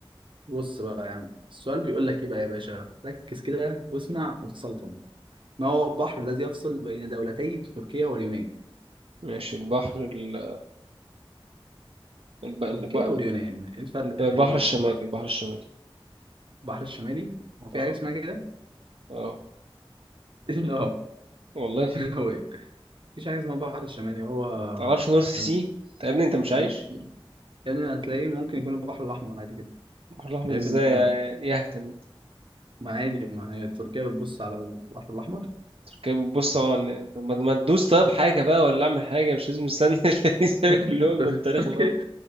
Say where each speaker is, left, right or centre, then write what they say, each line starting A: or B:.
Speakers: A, on the right; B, on the right.
A: بص بقى يا عم السؤال بيقول لك ايه بقى يا باشا ركز كده واسمع وتسلطن ما هو البحر الذي يفصل بين دولتي تركيا واليونان
B: ماشي البحر ال... الب... الب...
A: تركيا واليونان ايه الفرق
B: البحر
A: البحر
B: الشمالي البحر الشمالي
A: البحر الشمالي هو في
B: اه
A: حاجة اسمها كده؟
B: اه
A: <laughs> لا
B: والله في
A: هو إيه؟ مفيش حاجة اسمها البحر الشمالي هو
B: متعرفش نورث
A: ال...
B: سي طب يا ابني انت مش عايش
A: م- يعني هتلاقيه ممكن يكون البحر الأحمر عادي جدا
B: البحر الاحمر
A: شايف
B: ازاي
A: إن هي
B: يا- يهتم انت
A: ما عادي ما هي تركيا بتبص على البحر الأحمر
B: تركب بص اه إن- طب ما ما تدوس طيب حاجه بقى ولا اعمل حاجه مش لازم استنى <laughs> الاتنين كلهم
A: <laughs>
B: من التاريخ
A: تركيا
B: الاول